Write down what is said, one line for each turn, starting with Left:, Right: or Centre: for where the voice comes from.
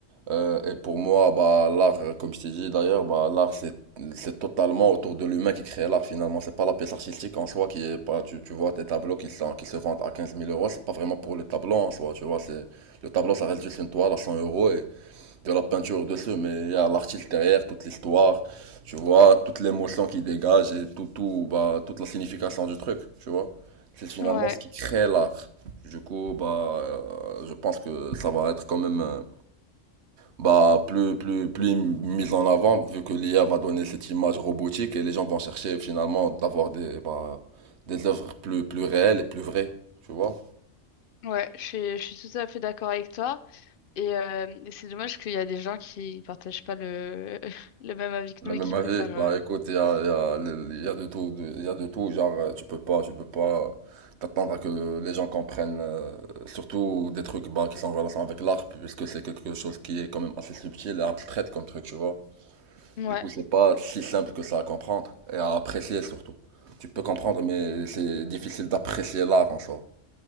Right: Euh, et pour moi, bah, l'art, euh, comme je t'ai dit d'ailleurs, bah, l'art c'est, c'est totalement autour de l'humain qui crée l'art finalement. C'est pas la pièce artistique en soi qui est pas, tu, tu vois tes tableaux qui sont, qui se vendent à quinze mille euros, c'est pas vraiment pour le tableau en soi, tu vois, c'est, le tableau ça reste juste une toile à 100 euros de la peinture dessus, mais il y a l'artiste derrière, toute l'histoire, tu vois, toute l'émotion qui dégage et tout, tout, bah, toute la signification du truc, tu vois. C'est finalement
Left: Ouais,
Right: ce qui crée l'art. Du coup, bah, euh, je pense que ça va être quand même, euh, bah, plus, plus, plus mis en avant, vu que l'IA va donner cette image robotique et les gens vont chercher finalement d'avoir des, bah, des œuvres plus, plus réelles et plus vraies, tu vois.
Left: ouais, je suis, je suis tout à fait d'accord avec toi. Et, euh, et c'est dommage qu'il y a des gens qui partagent pas le, <laughs> le même avis que
Right: Le
Left: nous
Right: même
Left: et qui
Right: avis,
Left: préfèrent.
Right: bah
Left: euh,
Right: écoute, il y a, y a, y a de tout, il y a de tout, genre euh, tu peux pas, tu peux pas t'attendre à que les gens comprennent, euh, surtout des trucs bah, qui sont en relation avec l'art, puisque c'est quelque chose qui est quand même assez subtil et abstrait comme truc, tu vois.
Left: Ouais,
Right: Du coup, c'est pas si simple que ça à comprendre et à apprécier surtout. Tu peux comprendre, mais c'est difficile d'apprécier l'art en soi.